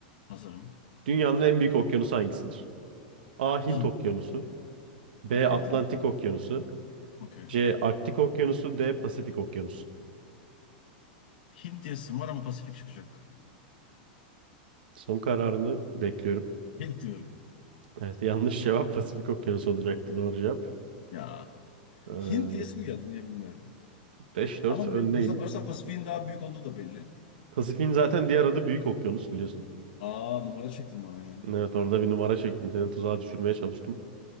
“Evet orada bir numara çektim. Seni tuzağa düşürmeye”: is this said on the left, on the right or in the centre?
Right